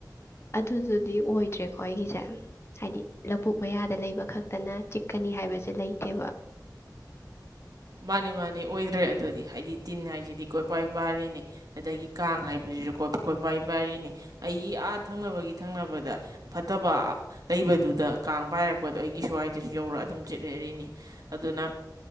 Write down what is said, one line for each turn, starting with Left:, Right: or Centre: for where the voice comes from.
Left: ꯑꯗꯨꯗꯨꯗꯤ ꯑꯣꯏꯗ꯭ꯔꯦꯀꯣ ꯑꯩꯒꯤꯁꯦ ꯍꯥꯏꯗꯤ ꯂꯧꯕꯨꯛ ꯃꯌꯥꯗ ꯂꯩꯕ ꯈꯛꯇꯅ ꯆꯤꯛꯀꯅꯤ ꯍꯥꯏꯕꯁꯦ ꯂꯩꯇꯦꯕ <unintelligible>
Right: ꯃꯥꯅꯤ ꯃꯥꯅꯤ ꯑꯣꯏꯗ꯭ꯔꯦ ꯑꯗꯨꯗꯤ ꯍꯥꯏꯗꯤ ꯇꯤꯟ ꯍꯥꯏꯁꯤꯗꯤ ꯀꯣꯏꯄꯥꯏ ꯄꯔꯤꯅꯤ ꯑꯗꯒꯤ ꯀꯥꯡ ꯍꯥꯏꯕꯁꯨ ꯀꯣꯏ ꯄꯥꯏ ꯄꯥꯏꯔꯤꯅꯤ ꯑꯩꯒꯤ ꯑꯥꯠ ꯊꯪꯅꯕꯒꯤ ꯊꯪꯅꯕꯗ ꯐꯠꯇꯕ ꯂꯩꯕꯗꯨꯗ ꯀꯥꯡ ꯄꯥꯏꯔꯛꯄꯗꯣ ꯑꯩꯒꯤ ꯁ꯭ꯋꯥꯏꯗꯁꯨ ꯌꯧꯔꯒ ꯑꯗꯨꯝ ꯆꯤꯠꯂꯏꯅꯤ ꯑꯗꯨꯅ